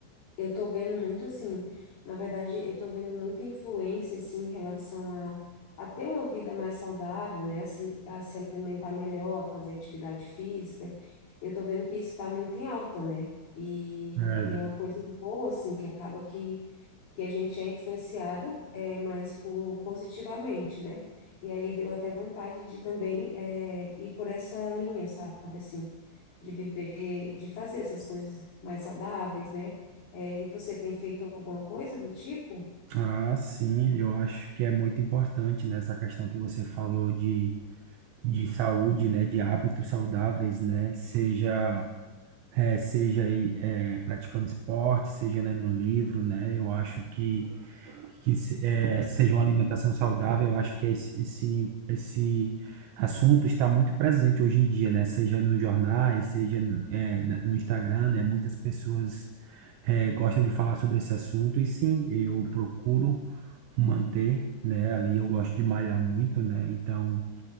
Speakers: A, on the left; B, on the right.
A: Eu tô vendo muito assim, na verdade, eu tô vendo muita influência assim em relação a, a ter uma vida mais saudável, né? A se, a se alimentar melhor, a fazer atividade física. Eu tô vendo que isso está muito em alta, né? E,
B: É.
A: e é uma coisa boa, assim, que acaba que que a gente é influenciado é, mais por, positivamente, né? E aí deu até vontade de também é, ir por essa linha, sabe, assim, de viver, de fazer essas coisas mais saudáveis, né? É, e você tem feito alguma coisa do tipo?
B: Ah, sim, eu acho que é muito importante nessa questão que você falou de, de saúde, né, de hábitos saudáveis, né, seja é, seja aí, é, praticando esporte, seja lendo um livro, né, eu acho que que se- eh, seja uma alimentação saudável, eu acho que esse, esse, esse assunto está muito presente hoje em dia, né? Seja nos jornais, seja no, eh, na- no Instagram, né? Muitas pessoas eh, gostam de falar sobre esse assunto, e sim, eu procuro manter, né? Ali eu gosto de malhar muito, né? Então,